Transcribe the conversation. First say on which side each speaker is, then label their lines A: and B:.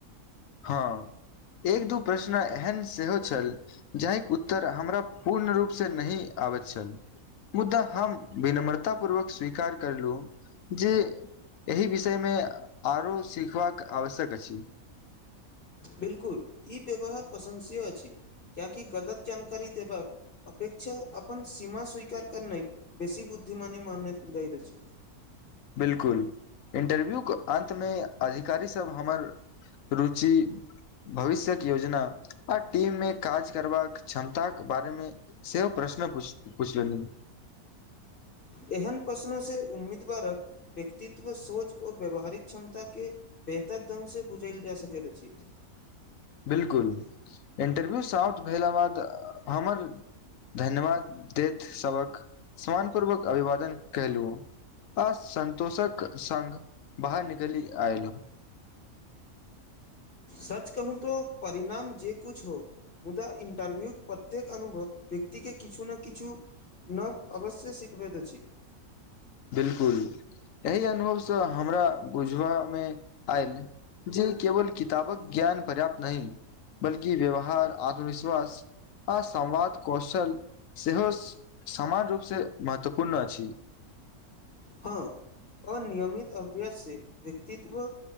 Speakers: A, on the left; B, on the left.
A: हँ एक दू प्रश्न एहन सेहो छल जाहिक उत्तर हमरा पूर्ण रूपसँ नहि आबैत छल मुद्दा हम विनम्रता पूर्वक स्वीकार करलु जे एहि विषय मे आरो सीखबाक आवश्यक अछि
B: बिल्कुल ई व्यवहार प्रशंसीय अछि कियेकि गलत जानकारी देबाक अपेक्षा अपन सीमा स्वीकार करनाइ बेसी बुद्धिमानी मानल जाइत अछि
A: बिल्कुल इंटरव्यूके अन्तमे अधिकारी सभ हमर रुचि भविष्यक योजना आ टीम मे काज करबाक क्षमताक बारे मे सेहो प्रश्न पूछलनि
B: एहन प्रश्नो से उम्मीदवारक व्यक्तित्व सोच आ व्यवहारिक क्षमता के बेहतर ढंग से बुझैल जा सकैत अछि
A: बिल्कुल इंटरव्यू साउथ भेला बाद हमर धन्यवाद देैत सबक सम्मान पूर्वक अभिवादन कैलु आ सन्तोषक संग बाहर निकलि आयल
B: सच कहू तो परिणाम जे कुछ हो मुदा इन्टरभ्यूक प्रत्येक अनुभव व्यक्ति के किछु ने किछु नव अवश्य सिखबैत अछि
A: बिल्कुल एहि अनुभव सँ हमरा बुझबामे आयल जे केवल किताबक ज्ञान पर्याप्त नहि बल्कि व्यवहार आत्मविश्वास आ संवाद कौशल सेहो समान रूपसँ महत्वपूर्ण अछि
B: हँऽ अ नियमित अभ्यास से व्यक्तित्व